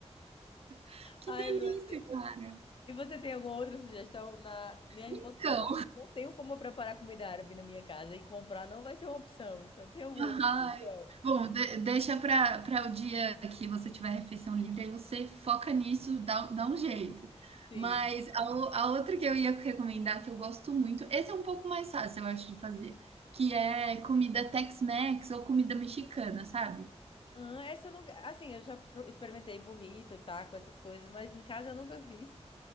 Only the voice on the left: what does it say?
Ai,
meu
E você tem alguma outra sugestão na, na impossibilidade?
Não tenho como preparar comida árabe na minha casa e comprar não vai ser uma opção. Então, tem alguma
outra sugestão?
Sim.
Ah, essa eu nunca. Assim, eu já pro- experimentei burrito, taco, essas coisas, mas em casa eu nunca fiz.